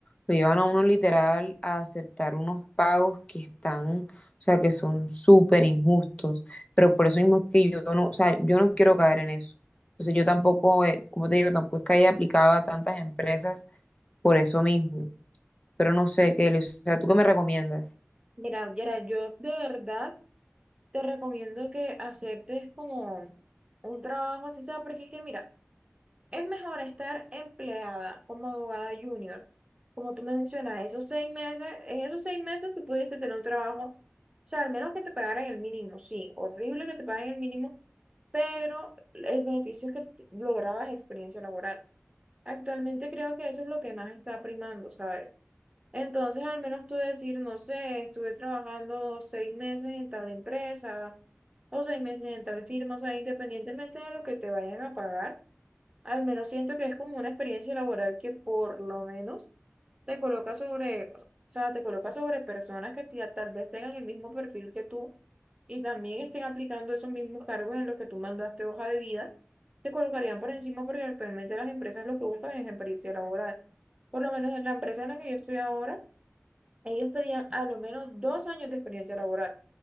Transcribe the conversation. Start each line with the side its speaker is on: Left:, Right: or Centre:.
Left: lo llevan a uno literal a aceptar unos pagos que están, o sea, que son súper injustos, pero por eso mismo es que yo no, o sea, yo no quiero caer en eso. Entonces yo tampoco, eh, como te digo, tampoco es que haya aplicado a tantas empresas por eso mismo, pero no sé, Kelly, o sea, ¿tú qué me recomiendas?
Right: Mira, Yara, yo de verdad te recomiendo que aceptes como un trabajo así sea, porque es que mira, es mejor estar empleada como abogada junior. Como tú mencionas, esos seis meses, en esos seis meses tú pudiste tener un trabajo, o sea, al menos que te pagaran el mínimo, sí, horrible que te paguen el mínimo, pero el beneficio es que t- lograbas experiencia laboral. Actualmente creo que eso es lo que más está primando, ¿sabes? Entonces, al menos tú decir, no sé, estuve trabajando seis meses en tal empresa o seis meses en tal firma, o sea, independientemente de lo que te vayan a pagar, al menos siento que es como una experiencia laboral que por lo menos te coloca sobre, o sea, te coloca sobre personas que ti- tal vez tengan el mismo perfil que tú y también estén aplicando esos mismos cargos en los que tú mandaste hoja de vida, te colocarían por encima porque actualmente las empresas lo que buscan es experiencia laboral. Por lo menos en la empresa en la que yo estoy ahora, ellos pedían a lo menos dos años de experiencia laboral.